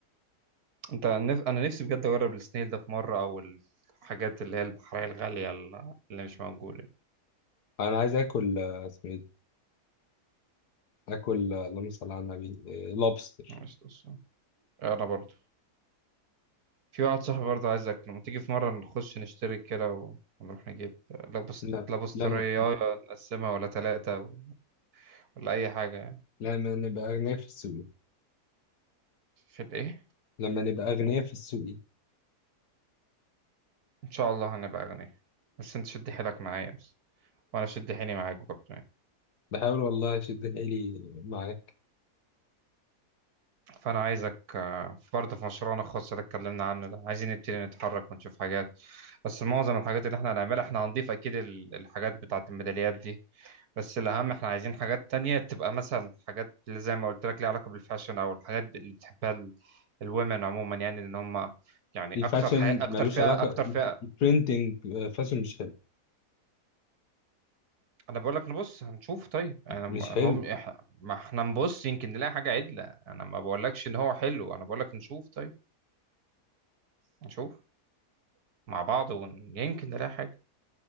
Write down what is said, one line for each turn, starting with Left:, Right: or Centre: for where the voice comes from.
Right: انت نف... انا نفسي بجد اجرب السنيل ده في مره او الحاجات اللي هي البحريه الغاليه اللي اللي مش موجوده دي.
Left: انا عايز اكل آه، اسمه ايه ده اكل آه، اللهم صل على النبي آه لوبستر
Right: مش قصة. انا برضو في واحد صاحبي برضو عايزك لما تيجي في مره نخش نشترك كده و- ونروح نجيب لابس
Left: لا
Right: لابس
Left: لما
Right: طريه نقسمها ولا ثلاثه و... ولا اي حاجه يعني
Left: لما نبقى اغنياء في السوق
Right: في الايه
Left: لما نبقى اغنياء في السوق
Right: ان شاء الله هنبقى اغنياء بس انت شد حيلك معايا بس وانا شد حيلي معاك برضو
Left: بحاول والله اشد حيلي مع
Right: فأنا عايزك آه، برضه في مشروعنا الخاص اللي اتكلمنا عنه ده عايزين نبتدي نتحرك ونشوف حاجات بس معظم الحاجات اللي احنا هنعملها احنا هنضيف أكيد ال- الحاجات بتاعة الميداليات دي بس الأهم احنا عايزين حاجات تانية تبقى مثلا حاجات اللي زي ما قلت لك ليها علاقة بالفاشن أو الحاجات اللي بتحبها ال- الومن عموما يعني إن هم يعني
Left: الفاشن
Right: أكتر حي... أكتر
Left: ملوش
Right: فئة
Left: علاقة
Right: أكتر فئة
Left: البرينتنج فاشن مش حلو
Right: أنا بقول لك نبص هنشوف طيب أنا
Left: مش
Right: م- هم
Left: حلو
Right: إح- ما احنا نبص يمكن نلاقي حاجة عدلة أنا ما بقولكش إن هو حلو أنا بقول لك نشوف طيب نشوف مع بعض ويمكن نلاقي حاجة